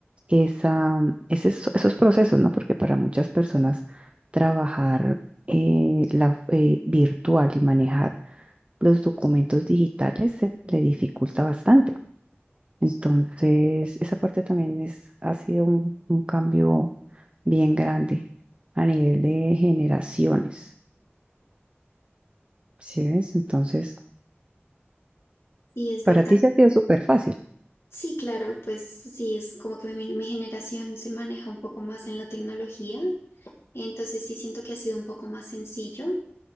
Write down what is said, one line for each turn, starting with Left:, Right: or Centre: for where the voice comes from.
Right: esa, ese- esos procesos, ¿no? Porque para muchas personas trabajar eh, la, eh, virtual y manejar los documentos digitales se le dificulta bastante. Entonces, esa parte también es, ha sido un, un cambio bien grande a nivel de generaciones, ¿sí ves? Entonces,
Left: Sí, es
Right: para
Left: verdad.
Right: ti se ha sido súper fácil.
Left: Sí, claro, pues sí, es como que mi, mi generación se maneja un poco más en la tecnología, entonces sí siento que ha sido un poco más sencillo.